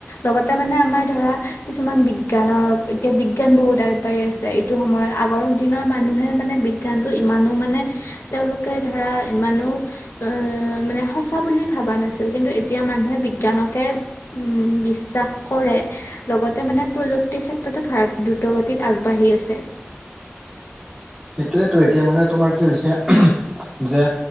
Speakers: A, on the left (about 75°); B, in the centre.
A: লগতে মানে আমাৰ ধৰা কিছুমান বিজ্ঞানৰ, এতিয়া বিজ্ঞান বহুত আগবাঢ়ি আছে, এইটো সময়ত আগৰ দিনৰ মানুহে মানে বিজ্ঞানতটো ইমানো মানে, তেওঁলোকে ধৰা ইমানো, আহ মানে সচা বুলি ভাবা নাছিল, কিন্তু এতিয়া মানুহে বিজ্ঞানকে বিশ্বাস কৰে লগতে মানে প্ৰযুক্তিৰ ক্ষেত্ৰতো, ভাৰত দ্ৰুতগতিত আগবাঢ়ি আছে।
B: সেইটোৱেতো, এতিয়া মানে তোমাৰ কি হৈছে, যে